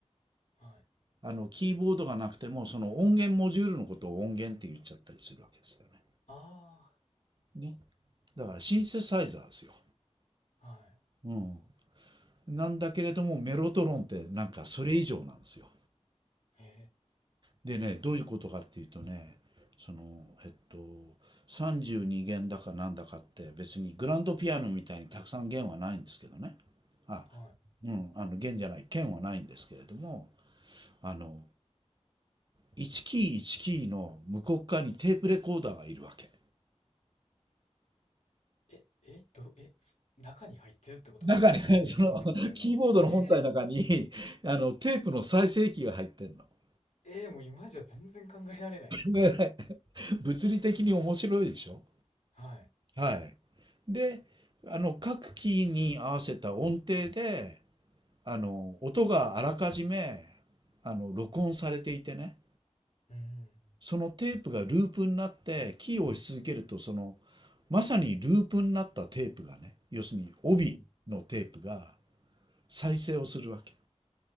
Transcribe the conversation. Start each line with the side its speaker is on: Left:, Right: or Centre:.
Left: はい。
Right: あの、キーボードがなくても、その音源モジュールのことを音源って言っちゃったりするわけですよね。
Left: あ
Right: ね。だからシンセサイザーですよ。
Left: あ、はい。
Right: うん。なんだけれどもメロトロンってなんかそれ以上なんですよ。
Left: へ
Right: でねどういうことかっていうとねそのえっと32弦だかなんだかって別にグランドピアノみたいにたくさん弦はないんですけどねあ
Left: え、は
Right: うんあの弦じゃない弦はないんですけれどもあの1キー1キーの向こう側にテープレコーダーがいるわけ。
Left: い。え、え、ど、え、す中に入ってるってことですかそのテープレコーダーが。
Right: 中にね、<laughs> そのキーボードの本体の中にあのテープの再生機が入ってるの。
Left: ええ、
Right: <laughs>
Left: ええ、もう今じゃ全然考えられないですね。
Right: 考えられ物理的に面白いでしょ
Left: はい。
Right: はい。であの各キーに合わせた音程であの音があらかじめあの録音されていてね
Left: うん。
Right: そのテープがループになってキーを押し続けるとそのまさにループになったテープがね要するに帯のテープが再生をするわけ。